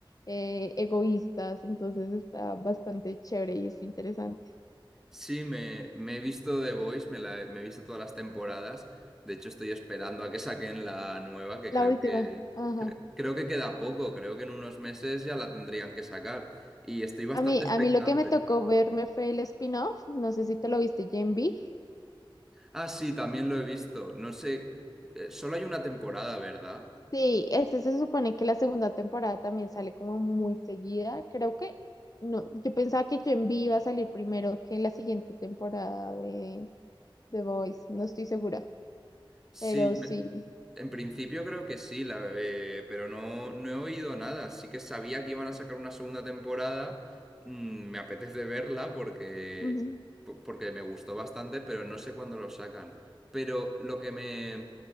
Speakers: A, on the left; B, in the centre.
A: eh, egoístas. Entonces está bastante chévere y es interesante.
B: Sí, me, me he visto The Voice, me, la he me he visto todas las temporadas. De hecho, estoy esperando a que saquen la nueva, que
A: La
B: creo
A: última.
B: que,
A: Ajá.
B: cre- creo que queda poco, creo que en unos meses ya la tendrían que sacar. Y estoy bastante
A: A mí,
B: expectante.
A: a mí lo que me tocó verme fue el spin-off, no sé si te lo viste, Gen V.
B: Ah, sí, también lo he visto. No sé, eh, solo hay una temporada, ¿verdad?
A: Sí, este se supone que la segunda temporada también sale como muy seguida. Creo que no, yo pensaba que Gen V iba a salir primero que la siguiente temporada de The Voice, no estoy segura,
B: Sí,
A: pero sí.
B: En principio creo que sí, la, eh, pero no, no he oído nada. Sí que sabía que iban a sacar una segunda temporada. Mm, me apetece verla porque,
A: Ujú.
B: po- porque me gustó bastante, pero no sé cuándo lo sacan. Pero lo que me,